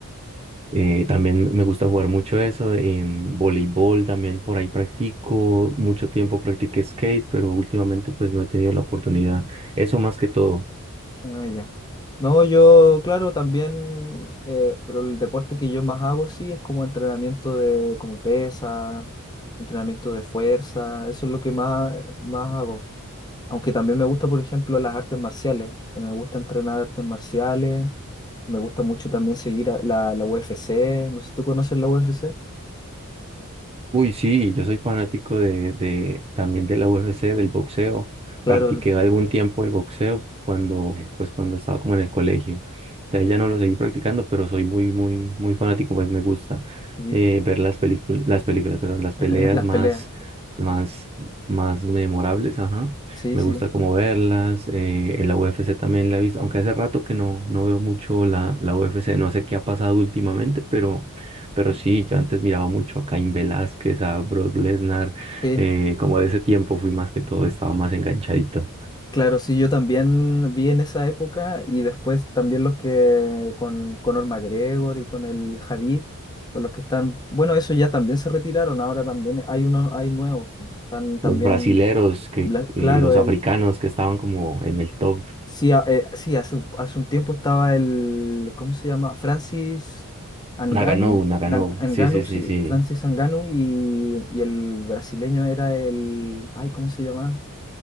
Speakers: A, on the right; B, on the left.
A: eh, también me gusta jugar mucho eso. em, voleibol también por ahí practico. Mucho tiempo practiqué skate, pero últimamente pues no he tenido la oportunidad. Eso más que todo.
B: Ah, ya. No, yo, claro, también, eh, pero el deporte que yo más hago, sí, es como entrenamiento de, como pesa, entrenamiento de fuerza, eso es lo que más, más hago. Aunque también me gusta, por ejemplo, las artes marciales. Me gusta entrenar artes marciales. Me gusta mucho también seguir a la, la UFC. No sé si tú conoces la UFC.
A: Uy, sí, yo soy fanático de, de también de la UFC, del boxeo.
B: Claro,
A: Practiqué
B: el-
A: algún tiempo el boxeo cuando, pues, cuando estaba como en el colegio. De ahí ya no lo seguí practicando, pero soy muy, muy, muy fanático, pues me gusta
B: sí,
A: eh, ver las películas, las películas, perdón, las peleas
B: <laughs> las
A: más,
B: peleas.
A: más, más memorables, ajá.
B: Sí,
A: Me
B: sí,
A: gusta como verlas. Eh, en la UFC también la he visto, aunque hace rato que no, no veo mucho la, la UFC, no sé qué ha pasado últimamente, pero pero sí, yo antes miraba mucho a Cain Velázquez, a Brock Lesnar,
B: sí.
A: eh, como de ese tiempo fui más que todo, estaba más enganchadito.
B: Claro, sí, yo también vi en esa época y después también los que con Conor McGregor y con el Khabib, con los que están, bueno, esos ya también se retiraron, ahora también hay unos, hay nuevos, están también,
A: Los brasileros, que,
B: bla-
A: y
B: claro,
A: los
B: el,
A: africanos que estaban como en el top.
B: Sí, a- eh, sí, hace, un- hace un tiempo estaba el, ¿cómo se llama? Francis Anganu,
A: Nagano, Nagano,
B: Anganu,
A: sí, sí, sí,
B: sí,
A: sí.
B: Francis Anganu y, y el brasileño era el, ay, ¿cómo se llama?